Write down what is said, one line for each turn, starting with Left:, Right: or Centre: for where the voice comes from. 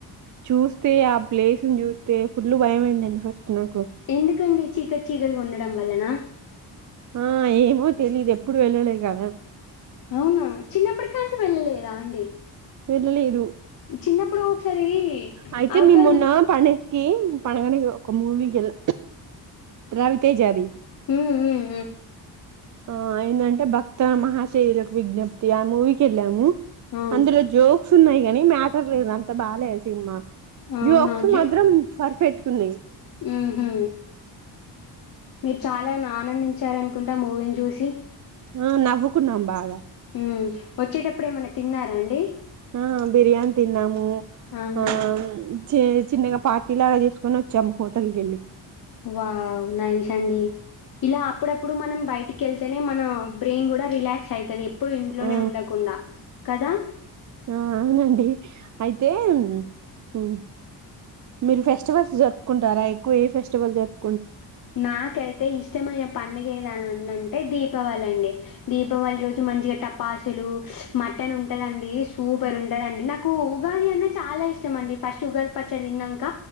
Right: చూస్తే ఆ ప్లేస్ని చూస్తే ఫుల్ భయమయిందండి ఫస్ట్ నాకు
Left: ఎందుకండి చి కచ్చిగా ఉండడం వల్లనా
Right: ఆ ఏమో తెలీదు ఎప్పుడు వెళ్ళలే కదా
Left: అవునా చిన్నప్పటి కాంచి వెళ్ళలేదా అండి
Right: వెళ్ళ లేదు
Left: చిన్నప్పుడు ఒకసారి
Right: అయితే
Left: అవతార్
Right: మి మొన్న పండే ఉ పడవలో ఒక మూవీకెళ్ళ త్రావితే జాది
Left: మ్మ్ మ్మ్
Right: ఆ ఏంటంటే భక్త మహాశైలకు విజ్ఞప్తి ఆ మూవీకి వెళ్ళాము
Left: మ్మ్
Right: అంద్ర జో క్స్ ఉన్నాయి కానీ మ్యాటర్ లేదు అంత బాలే సినిమా
Left: ఆ
Right: జోక్స్
Left: అవునా జూ
Right: మాత్రం పర్ఫెక్ట్గున్నాయి
Left: ఊహూ. మీరు చాలా నా ఆనందిం ఇచ్చారనుకుంట ఆ మూవీని చూసి
Right: ఆ నవ్వుకున్నామ్ బాగా
Left: ఉ వచ్చేటప్పుడు ఏమన్నా తిన్నారా అండి
Right: ఆ బిర్యాని తిన్నాము
Left: అవునా!
Right: ఆ చె చిన్నగా పార్టీ లాగా చేసుకొని వచ్చాము హోటల్ కెళ్ళి
Left: వావ్ నైస్ అండి ఇలా అప్పుడప్పుడు మనం బయటికి కెళ్తేనే మన బ్రెయిన్ కూడా రిలాక్స్ అయితది ఎప్పుడు ఇంట్లోనే
Right: ఆ
Left: ఉండకుండా కదా
Right: ఆ అవునండి అయితే ఉ మీరు ఫెస్టివల్స్ జరుపుకుంటారా ఎక్కువ ఏ ఫెస్టివల్ జరుప్
Left: నాకైతే ఇష్టమయ పండుగ ఏదనంనందంటే దీపావళి అండి దీపావళి రోజు మంచిగా టపాసులు మటన్ ఉంటదండి సూపర్ ఉంటదండి నాకు ఉగాది అన్నా చాలా ఇష్టం అండి ఫస్ట్ ఉగాది పచ్చడి తిన్నాక